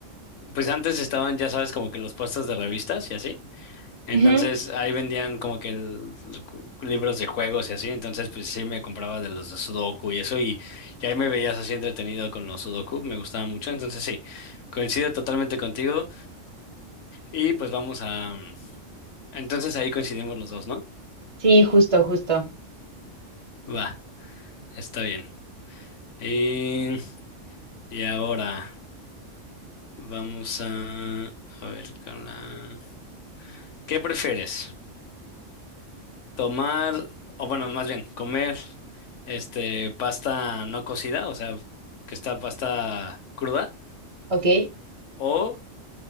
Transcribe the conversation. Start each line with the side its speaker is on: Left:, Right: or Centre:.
Left: pues antes estaban, ya sabes, como que los puestos de revistas y así. Entonces
Right: <laughs> Ujú,
Left: ahí vendían como que el- cu- libros de juegos y así. Entonces pues sí me compraba de los de Sudoku y eso. Y, y ahí me veías así entretenido con los Sudoku. Me gustaba mucho. Entonces sí, coincido totalmente contigo. Y pues vamos a... mm, Entonces ahí coincidimos los dos, ¿no?
Right: Sí, justo, justo.
Left: Va, está bien. Y, y ahora... Vamos a, a ver con la... ¿Qué prefieres? ¿Tomar, o bueno, más bien, comer este pasta no cocida, o sea, que está pasta cruda,
Right: Ok.
Left: o